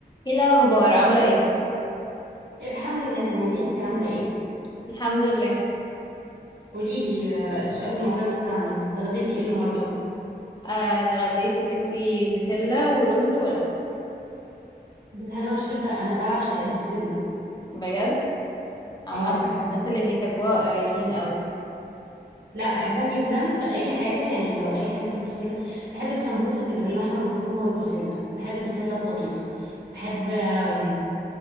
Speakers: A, on the left; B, on the right.
A: ايه الاخبار عامله ايه
B: الحمد لله تمام انتي عاملة ايه؟
A: الحمد لله
B: قوليلي آه، السؤال المعتاد بتاعنا اتغديتي ايه النهاردة؟
A: آه، اتغديت يا ستي بسله ورز ولحم
B: بالهنا والشفا انا بعشق البسلة
A: بجد عامه
B: اه بحبها
A: الناس
B: بجد
A: اللي بيحبوها قليلين قوي
B: لا بحبها جدا في اي حاجة يعني لو اي حاجة بالبسلة بحب السمبوسك اللي باللحمة المفرومة والبسلة بحب البسلة الطبيخ بحب آم،